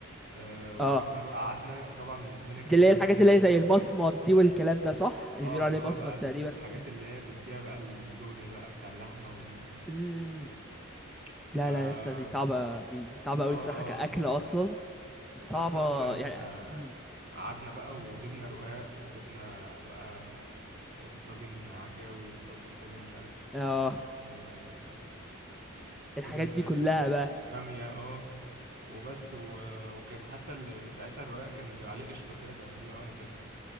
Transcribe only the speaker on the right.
آه ورحنا
بقى قعدنا طبعا الدنيا كانت
زحمه
يعني
كانت
توابير
اه
اللي
هو
بقى الحاجات
اللي هي بتبيع بقى الدهن بقى بتاع اللحمة والحاجات
دي
اه
اه
آه.
رحت اصلا
آه،
قعدنا بقى وجبنا رقاق وجبنا بقى آه، طاجن عكاوي وطاجن مش عارف
آه،
طاجن
آه،
بامية اه وبس و- وكانت حتى ال- ساعتها الرقاق كان عليه قشطة كده كان حلو أوي أنا فاكر